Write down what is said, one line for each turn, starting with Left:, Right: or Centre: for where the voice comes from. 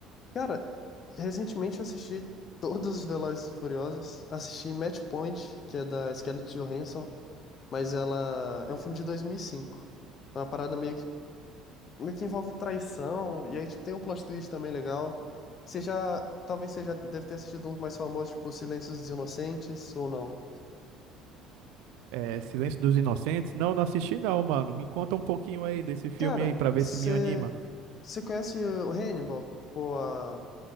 Left: Cara, recentemente eu assisti todos os Velozes e Furiosos. Assisti Match Point, que é da Scarlett Johansson, mas ela é um filme de 2005. É uma parada meio que, meio que envolve traição, e aí tipo, tem um plot twist também legal. Você já, talvez você já deve ter assistido uns mais famosos, tipo Silêncios dos Inocentes, ou não.
Right: Eh, Silêncio dos Inocentes? Não, não assisti não, mano. Me conta um pouquinho aí desse filme
Left: Cara,
Right: aí para ver
Left: você,
Right: se me anima.
Left: você conhece o Hannibal? Tipo, a